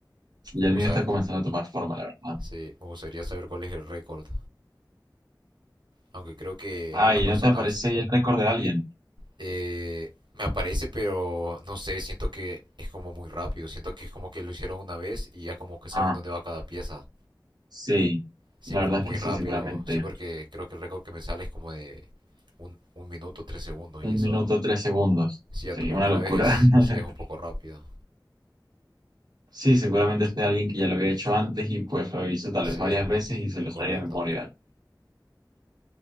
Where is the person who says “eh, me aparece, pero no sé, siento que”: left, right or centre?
Right